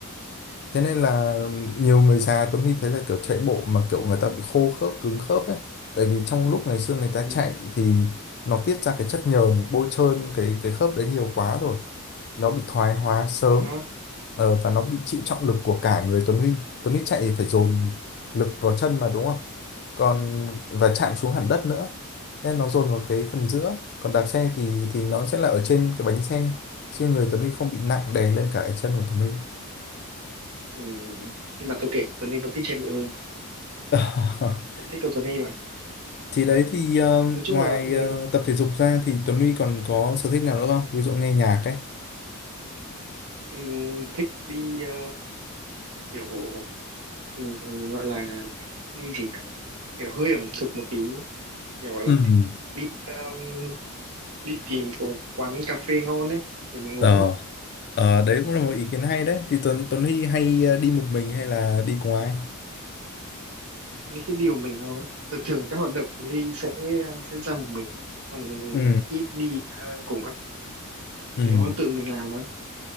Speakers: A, on the left (about 45°); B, on the right (about 75°).
A: Thế nên là nhiều người già Tuấn Huy thấy là kiểu chạy bộ mà kiểu người ta bị khô khớp, cứng khớp ấy. Tại vì trong lúc ngày xưa người ta
B: ừ.
A: chạy thì nó tiết ra cái chất nhờn bôi trơn cái cái khớp đấy nhiều quá rồi. Nó bị thoái hóa sớm
B: À, ha.
A: ờ, và nó bị chịu trọng lực của cả người Tuấn Huy. Tuấn Huy chạy phải dồn lực vào chân mà đúng không? Còn và chạm xuống hẳn đất nữa. Thế nó dồn vào cái phần giữa. Còn đạp xe thì thì nó sẽ là ở trên cái bánh xe. Chứ người Tuấn Huy không bị nặng đè lên cả cái chân của Tuấn Huy.
B: ừ. nhưng mà tôi kệ Tuấn Huy vẫn thích chạy bộ hơn
A: <laughs>
B: tôi thích cầu Tuấn Huy mà
A: Thì đấy thì ờ,
B: nói chung
A: ngoài
B: là ừ,
A: ờ, tập thể dục ra thì Tuấn Huy còn có sở thích nào nữa không? Ví dụ nghe nhạc ấy.
B: ừ, thích đi ờ, kiểu ừ, gọi là đi gì cả kiểu hơi ẩm thực một tí kiểu gọi
A: Ừ,
B: là đi um, đi tìm quán, quán cà phê ngon ấy để mình
A: ờ,
B: uống ấy
A: Ờ, đấy cũng là một ý kiến hay đấy. Thì Tuấn Tuấn Huy hay ờ, đi một mình hay là đi cùng ai?
B: mình thích đi một mình thôi thường thường các hoạt động Tuấn Huy sẽ sẽ ra một mình còn
A: Ừ.
B: ít đi ờ, cùng lắm chỉ
A: ừ,
B: có tự mình làm thôi